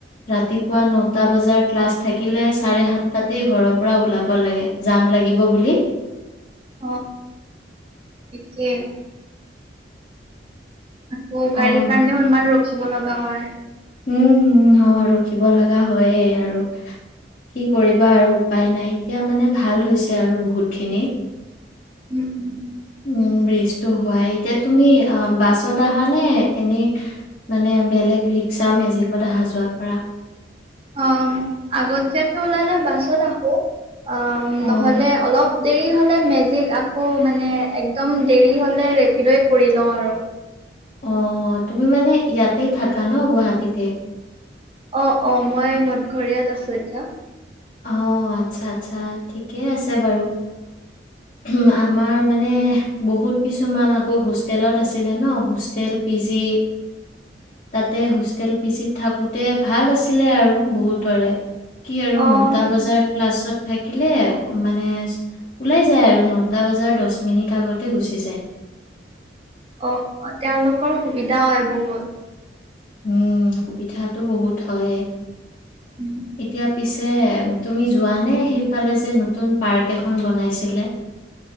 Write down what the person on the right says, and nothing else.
অ এতিয়া <unintelligible> আকৌ
গাড়ীৰ কাৰণেও অলমান ৰ চিব লগা হয়
উম উম
অ আগতীয়াকে ওলালে বাছত আহো অ
নহ'লে অলপ দেৰি হ'লে মেজিক আকৌ মানে একদম দেৰি হ'লে ৰেপিডো কৰি লওঁ আৰু
অ অ মই মদঘৰীয়াত আছো এতিয়া।
অ অ
অ তেওঁলোকৰ সুবিধা হয় বহুত
উম,